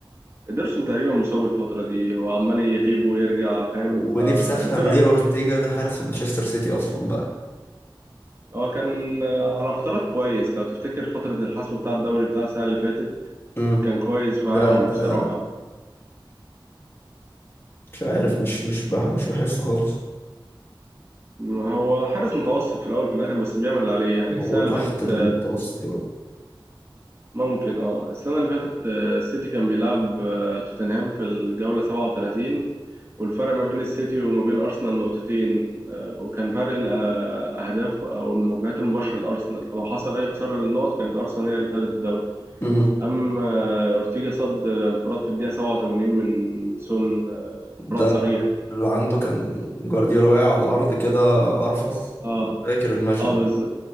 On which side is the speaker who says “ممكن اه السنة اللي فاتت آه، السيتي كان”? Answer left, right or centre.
Right